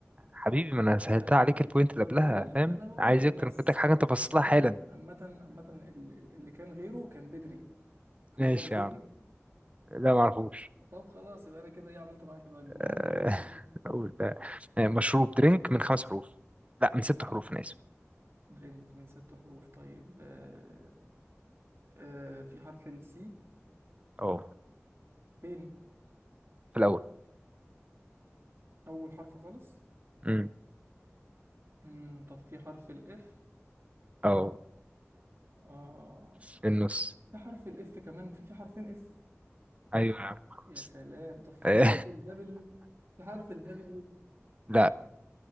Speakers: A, on the right; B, on the right.
A: حبيبي ما انا سهلتها
B: أي-
A: عليك البوينت اللي
B: انا
A: قبلها
B: بقول لك
A: فاهم
B: انا بقول
A: عايز
B: لك
A: إيه
B: بس
A: اكتر كنت حاجة انت باصص
B: عامة
A: لها حالا
B: عامة عامة ال- ال- اللي كان غيره كان بدري كنت
A: ماشي
B: تعرف بدري
A: يا عم لا ما اعرفوش
B: طب خلاص يبقى انا كده ايه عملت معاك الواجب المهم
A: آه،
B: قول
A: <laughs> اقول آه، مشروب درينك من خمس حروف لا من ست حروف انا اسف
B: درينك من ست حروف طيب آه، آه في حرف السي
A: اه
B: فين
A: في الاول
B: أول حرف خالص
A: امم
B: مم. طب في حرف الإف
A: اه
B: آه
A: في النص
B: في حرف الإف كمان في في حرفين إف
A: ايوه يا عم خلاص
B: يا سلام
A: <laughs>
B: طب في
A: آه،
B: حرف الدبليو في حرف الدبليو
A: لا